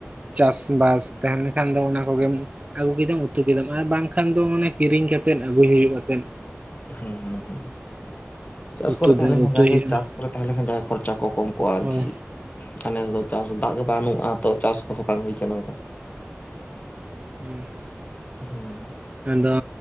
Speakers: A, on the right; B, on the left.
A: ᱪᱟᱥᱵᱟᱥ ᱛᱟᱦᱮᱸᱱ ᱞᱮᱠᱷᱟᱱ ᱫᱚ ᱚᱱᱟ ᱠᱚᱜᱮᱢ ᱟᱹᱜᱩ ᱠᱮᱫᱟᱢ ᱩᱛᱩ ᱠᱮᱫᱟᱢ ᱟᱨ ᱵᱟᱝᱠᱷᱟᱱ ᱫᱚ ᱢᱟᱱᱮ ᱠᱤᱨᱤᱧ ᱠᱟᱛᱮᱫ ᱟᱹᱜᱩᱭ ᱦᱩᱭᱩᱜᱼᱟᱛᱮᱫ᱾
B: ᱦᱩᱸ ᱦᱩᱸ ᱦᱩᱸ, ᱪᱟᱥ
A: ᱩᱛᱩ
B: ᱠᱚᱨᱮ ᱛᱟᱦᱮᱸ
A: ᱫᱚ
B: ᱞᱮᱱᱠᱷᱟᱱ
A: ᱩᱛᱩᱭ
B: ᱡᱟᱜᱮ
A: ᱦᱩᱭᱩᱜᱼᱟ
B: ᱪᱟᱥ ᱛᱟᱦᱮᱸ ᱞᱮᱱᱠᱷᱟᱱ ᱡᱟᱦᱟᱸ ᱠᱷᱚᱨᱪᱟ ᱠᱚ ᱠᱚᱢ ᱠᱚᱜᱼᱟ ᱟᱨᱠᱤ
A: ᱦᱳᱭ
B: ᱾ ᱱᱮᱥ ᱫᱚ ᱪᱟᱥ ᱫᱟᱜ ᱜᱮ ᱵᱟᱹᱱᱩᱜᱼᱟ ᱛᱚ ᱪᱟᱥ ᱠᱚᱦᱚᱸ ᱵᱟᱝ ᱦᱩᱭ ᱟᱠᱟᱱᱟ ᱚᱱᱠᱟ᱾
A: ᱦᱩᱸ
B: ᱦᱩᱸ
A: ᱟᱫᱚ